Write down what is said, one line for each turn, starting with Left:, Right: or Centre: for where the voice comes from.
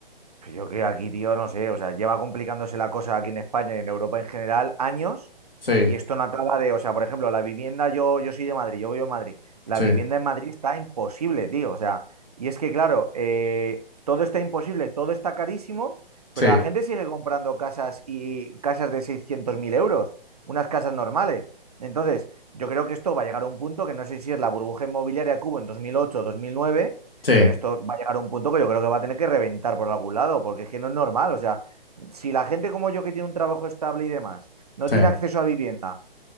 Right: Pues Yo que aquí, tío, no sé, o sea, lleva complicándose la cosa aquí en España y en Europa en general años
Left: Sí,
Right: y esto no acaba de, o sea, por ejemplo, la vivienda, yo, yo soy de Madrid, yo vivo en Madrid, la
Left: sí,
Right: vivienda en Madrid está imposible, tío, o sea, y es que claro, eh, todo está imposible, todo está carísimo, pero
Left: sí,
Right: la gente sigue comprando casas y casas de seiscientos mil euros, unas casas normales. Entonces, yo creo que esto va a llegar a un punto que no sé si es la burbuja inmobiliaria que hubo en 2008 o dos mil nueve
Left: sí,
Right: pero esto va a llegar a un punto que yo creo que va a tener que reventar por algún lado, porque es que no es normal. O sea, si la gente como yo que tiene un trabajo estable y demás no
Left: sí,
Right: tiene acceso a vivienda